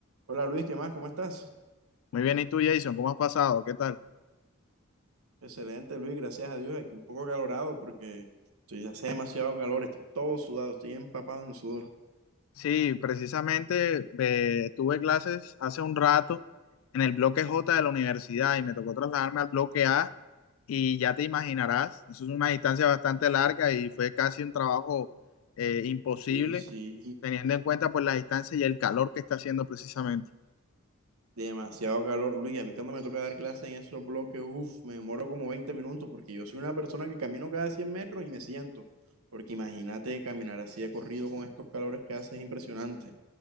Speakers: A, on the right (about 80°); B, on the left (about 65°).
A: Hola Luis, ¿qué más? ¿Cómo estás?
B: Muy bien, ¿y tú, Jason? ¿Cómo has pasado? ¿Qué tal?
A: Excelente Luis, gracias a Dios. Aquí un poco calorado porque estoy- hace demasiado calor, estoy todo sudado, estoy empapado en sudor.
B: Sí, precisamente eh, tuve clases hace un rato en el bloque J de la universidad y me tocó trasladarme al bloque A y ya te imaginarás, eso es una distancia bastante larga y fue casi un trabajo eh, imposible,
A: Sí, sí,
B: teniendo en cuenta pues la distancia y el calor que está haciendo precisamente.
A: demasiado calor Luis. A mí cuando me toca dar clase en esos bloques, uff, me demoro como 20 minutos porque yo soy una persona que camino cada 100 metros y me siento. Porque imagínate caminar así de corrido con estos calores que hace es impresionante.